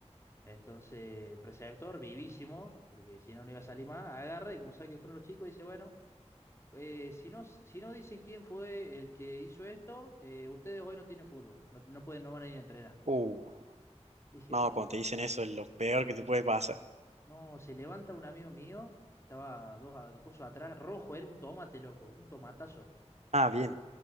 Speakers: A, on the left; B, on the right.
A: Entonces, el preceptor, vivísimo, porque si no, no iba a salir más, agarra y como sabe que fueron los chicos, dice, bueno. eh, si no, si no dicen quién fue el que hizo esto, eh, ustedes hoy no tienen fútbol, no, no pueden, no van a ir a entrenar.
B: Uh,
A: Dije,
B: no,
A: uh,
B: cuando te dicen eso es lo peor
A: sí.
B: que te puede pasar.
A: No, se levanta un amigo mío que estaba dos, a- dos cosas atrás, rojo, era un tomate, loco, un tomatazo.
B: Ah, bien.